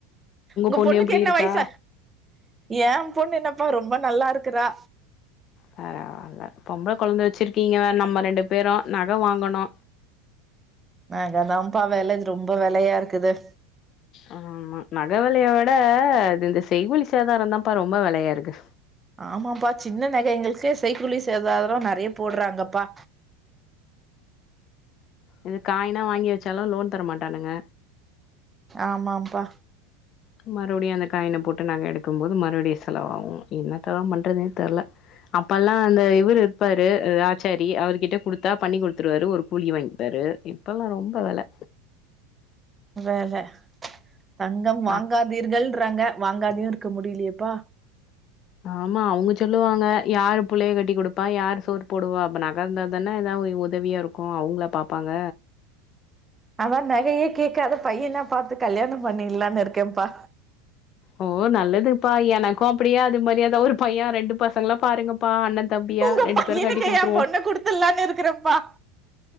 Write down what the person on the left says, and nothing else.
பொண்ணு
எப்டி
இருக்கா
பரவால்ல பொம்ள கொழந்த வெச்சிருக்கீங்க வே நம்ம ரெண்டு பேரு நக வாங்கன்னு
ஆமா நக வெலைய விட அது இந்த செய்கூலி சேதாராதாப்பா ரொம்ப வெலையாருக்கு
இதுக் காய்னா வாங்கி வெச்சாலு லோன் தரமாட்டானுங்க
மறுபடியு அந்த காயின போட்டு நக எடுக்கும் போது மறுபுடியு செலவாவு என்னெத்ததா பண்றதுனே தெர்ல அப்பல்லா அந்த இவுரு இருப்பாரு ஆச்சாரி அவருக் கிட்ட குடுத்தா பண்ணி குடுதுடுவாரு ஒரு கூலி வாங்கிப்பாரு இப்பல்லா ரொம்ப வெல
ஆ
ஆமா அவுங்க சொல்லுவாங்க யாரு புள்ளைய கட்டி குடுப்பா யாரு சோறு போடுவா அப்ப நக இர்ந்தா தான ஏதாவ் ஒ தவியா இருக்கு அவுங்ளா பாப்பாங்க
ஓ நல்லதுப்பா எனக்கு அப்டியே அது மாரியேதான் ஒரு பையே ரெண்டு பசங்களா பாருங்கப்பா அண்ணே தம்பியா
ரெண்டு
பேரு கட்டி குடுத்துருவோ